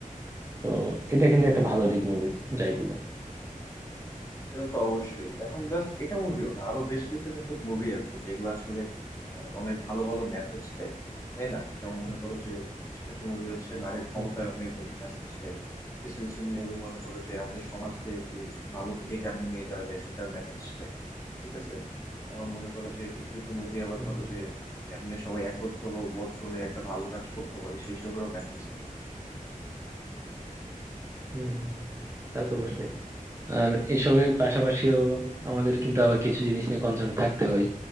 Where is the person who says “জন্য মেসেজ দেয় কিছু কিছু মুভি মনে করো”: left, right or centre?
Left